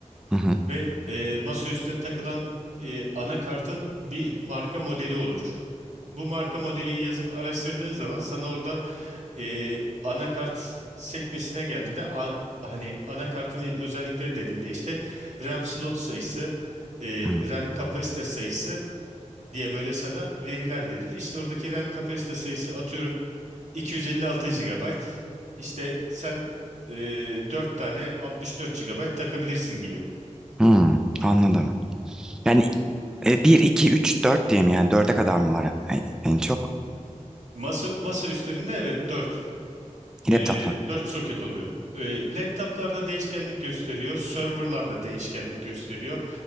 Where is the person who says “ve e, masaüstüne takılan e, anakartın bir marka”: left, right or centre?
Right